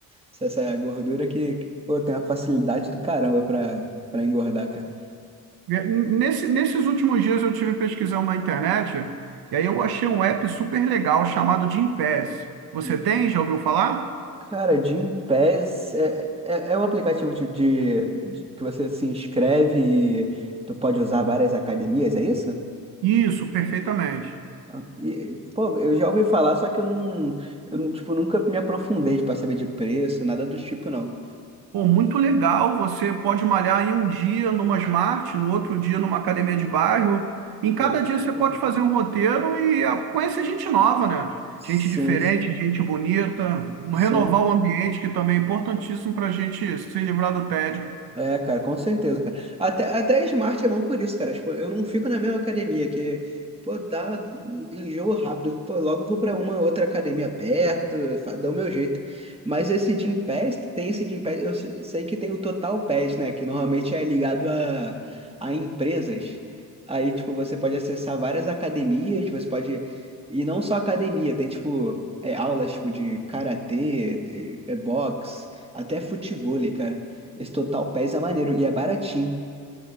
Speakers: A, on the right (about 15°); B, on the right (about 85°).
A: essa essa gordura que, que, pô, tem uma facilidade do caramba pra, pra engordar, cara.
B: Nesse, nesses últimos dias eu tive pesquisando na internet e aí eu achei um app super legal chamado Gympass. Você
A: De-
B: tem? Já ouviu falar?
A: Cara, Gympass é, é, é um aplicativo de, de- de- que você se inscreve e tu pode usar várias academias, é isso?
B: Isso, perfeitamente.
A: Ah, E, pô, eu já ouvi falar, só que eu não, eu não, tipo, nunca me aprofundei para saber de preço, nada do tipo, não.
B: Pô, muito legal. Você pode malhar em um dia numa Smart, no outro dia numa academia de bairro. Em cada
A: Pô, muito
B: dia você
A: bom.
B: pode fazer um roteiro e ah, conhecer gente nova, né?
A: Sim,
B: Gente diferente,
A: sim.
B: gente bonita,
A: Sim.
B: renovar o ambiente, que também é importantíssimo para a gente se livrar do tédio.
A: É, cara, com certeza, cara. Até, até Smart é bom por isso, cara. Tipo, eu não fico na mesma academia, que, pô, dá enjoo rápido. Pô, logo vou pra uma outra academia perto, fa- dá o meu jeito. Mas esse Gym Pass, tem esse Gym Pass, eu se- sei que tem o Total Pass, né? Que normalmente é ligado a, a empresas. Aí, tipo, você pode acessar várias academias, você pode... E não só academia, tem, tipo, é, aulas, tipo, de karatê, é, é boxe, até futevôlei, cara. Esse Total Pass é maneiro e é baratinho.